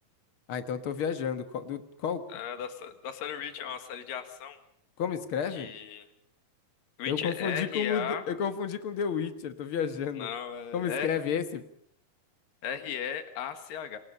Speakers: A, on the left (about 55°); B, on the left (about 75°).
A: Ah, então eu tô viajando. Qual, do- qual-
B: é, da, sé- da série Reacher, é uma série de ação
A: como escreve?
B: de. Reacher,
A: Eu confundi
B: R-A.
A: com o, The- eu confundi com The Witcher, tô viajando.
B: Não, é
A: Como escreve esse?
B: R-E-R-E-A-C-H.